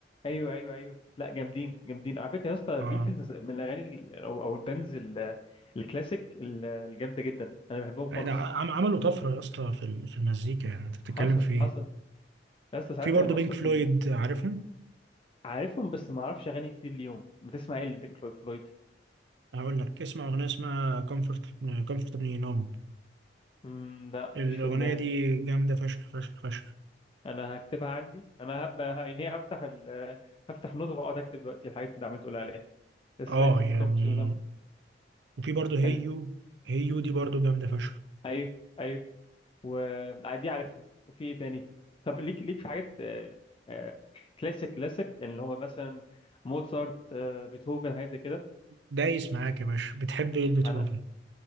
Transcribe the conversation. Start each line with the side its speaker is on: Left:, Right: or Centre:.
Left: ايوه ايوه ايوه لا جامدين جامدين على فكره يا اسطى
Right: اه
Left: بيتلز من الاغاني ال- او او البانز ال- الكلاسيك ال- الجامده جدا انا بحبهم خالص
Right: لا عم- عملوا طفرة يا اسطى في ال- في المزيكا يعني انت بتتكلم
Left: حصل
Right: في ايه
Left: حصل يا اسطى ساعتها
Right: في برضه
Left: كان اصلا
Right: بينك فلويد
Left: كان
Right: عارفهم
Left: عارفهم بس ما اعرفش اغاني كتير اليوم بتسمع ايه البينك فلويد
Right: هقول لك اسمع اغنية اسمها كومفورت كومفورتبلي نوم
Left: مم، لا
Right: الاغنية
Left: مش في دماغي
Right: دي جامدة فشخ فشخ فشخ
Left: انا هكتبها عندي انا هبقى ه- يعني هي هفتح ال... هفتح نوت واقعد اكتب دلوقتي الحاجات اللي انت عمال تقول عليها بس
Right: اه
Left: حلو
Right: يعني
Left: كومفورت
Right: وفي برضه هيو
Left: حلو
Right: هيو دي برضه جامدة فشخ
Left: ايوه ايوه ودي عارفها وفي ايه تاني طب ليك ليك في حاجات آه، آه، كلاسيك كلاسيك يعني اللي هو مثلا موزارت آه، بيتهوفن حاجات زي كده
Right: دايس معاك يا باشا بتحب ايه بيتهوفن
Left: انا